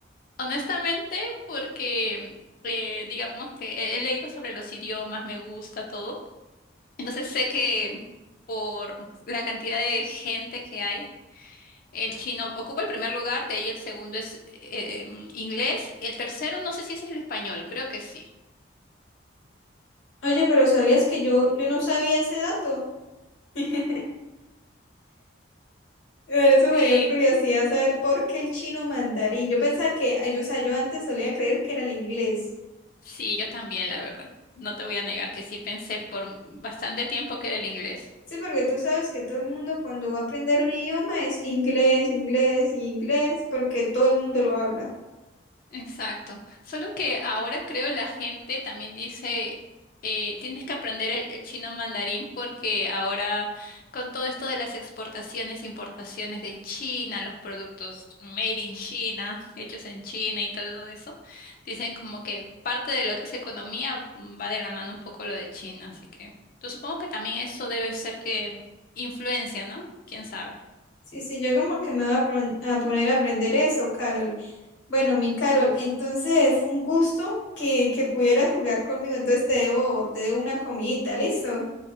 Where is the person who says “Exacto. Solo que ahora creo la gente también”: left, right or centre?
Left